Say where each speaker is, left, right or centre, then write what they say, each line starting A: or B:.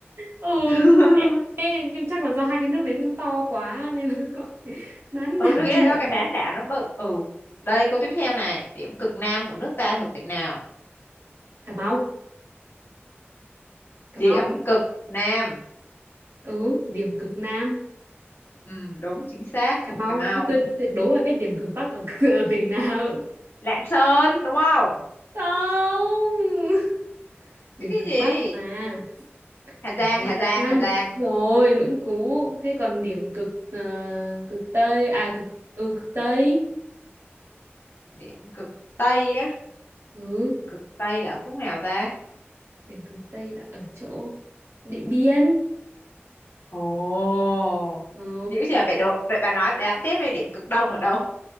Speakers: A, on the right; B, on the left.
A: Ừ.
B: <laughs>
A: Ê, nhưng chắc là do hai cái nước đấy nó to quá nên là gọi <laughs> bán
B: ừ
A: đảo
B: tôi nghĩ
A: Trung
B: là do
A: Á
B: cái bán đảo nó bự ừ đây câu tiếp theo này điểm cực nam của nước ta thuộc tỉnh nào
A: Cà Mau
B: điểm
A: Cà Mau
B: cực nam
A: ừ điểm cực Nam
B: ừ đúng chính xác
A: Cà Mau
B: Cà Mau
A: thế tôi tuyệt đố bà biết điểm cực Bắc ở, <laughs> ở tỉnh nào
B: Lạng Sơn đúng không
A: không điểm
B: chứ cái
A: cực
B: gì
A: Bắc mà ở
B: Hà Giang
A: Hà
B: Hà Giang
A: Giang
B: Hà Giang
A: Đúng rồi Lũng Cú thế còn điểm cực ờ, cực Tây à cực ừ cực Tây
B: điểm cực Tây á
A: ừ
B: điểm cực Tây là khúc nào ta
A: điểm cực Tây là ở chỗ Điện Biên
B: Ồ,
A: ừ
B: dữ giờ vậy độ vậy bà nói đếm tiếp đi điểm cực đông ở đâu?